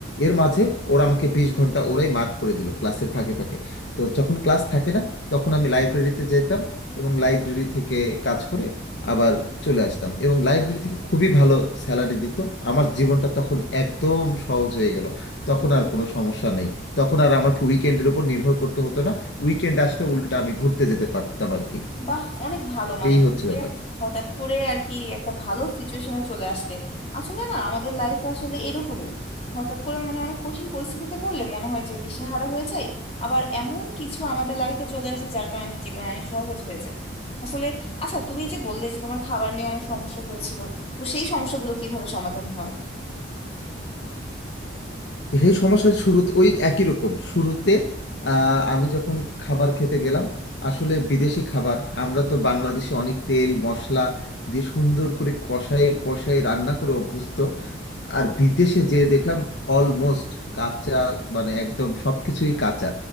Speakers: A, on the left; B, on the left.
A: এর মাঝে ওরা আমাকে বিশ ঘন্টা ওরাই মার্ক করে দিল ক্লাসের ফাঁকে ফাঁকে তো যখন ক্লাস থাকে না তখন আমি লাইব্রেরিতে যেতাম এবং লাইব্রেরি থেকে কাজ করে আবার চলে আসতাম এবং লাইব্রেরি থেকে খুবই ভালো স্যালারি দিত আমার জীবনটা তখন একদম সহজ হয়ে গেল তখন আর কোনো সমস্যা নেই তখন আর আমাকে উইকেন্ডের উপর নির্ভর করতে হতো না উইকেন্ড আসলে উল্টা আমি ঘুরতে যেতে পারতাম আর কি
B: বাহ অনেক ভালো মানে
A: এই হচ্ছে
B: তুমিকে
A: ব্যাপার
B: হঠাৎ করে আর কি একটা ভালো সিচুয়েশনে চলে আসলে আসলে না আমাদের লাইফ আসলে এরকমই হঠাৎ করে মানে অনেক কঠিন পরিস্থিতিতে পড়লে মনে হয় যে দিশেহারা হয়ে যায় আবার এমন কিছু আমাদের লাইফে চলে আসে যার কারণে জীবন অনেক সহজ হয়ে যায় আসলে আচ্ছা তুমি যে বললে যে তোমার খাবার নিয়ে অনেক সমস্যা হয়েছিল তো সেই সমস্যাগুলো কিভাবে সমাধান হয়
A: এই সমস্যার শুরুতে ওই একই রকম শুরুতে আহ, আমি যখন খাবার খেতে গেলাম আসলে বিদেশি খাবার আমরা তো বাংলাদেশে অনেক তেল মশলা দিয়ে সুন্দর করে কষায় কষায় রান্না করে অভ্যস্ত আর বিদেশে যে দেখলাম অলমোস্ট কাঁচা মানে একদম সবকিছুই কাঁচা